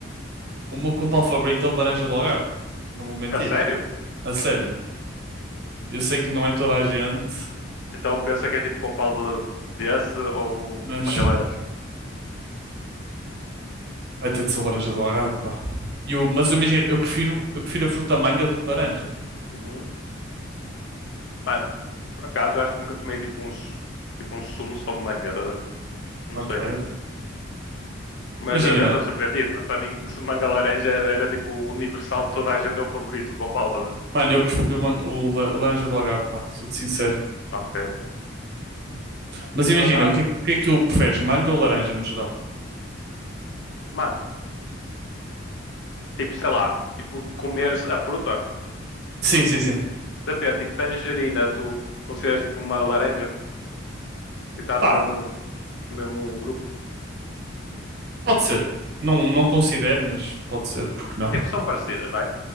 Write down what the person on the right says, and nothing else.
o meu com pal favorito é o de laranja do Algarve. Não vou mentir.
A sério. Eu sei que não é toda a gente,
mas
vai ter de ser laranja do Algarve, pá. E o- mas eu imagino, eu prefiro, eu prefiro a fruta manga do que laranja.
Ok,
Imagina,
mano, eu prefiro o, man- o la- o laranja do Algarve, pá, sou-te sincero.
Mas
imagina,
o que é que, o que é que tu preferes, manga ou laranja no geral?
Sim, sim, sim.
Pá,
pode ser. Não, não considero, mas pode ser, porque não?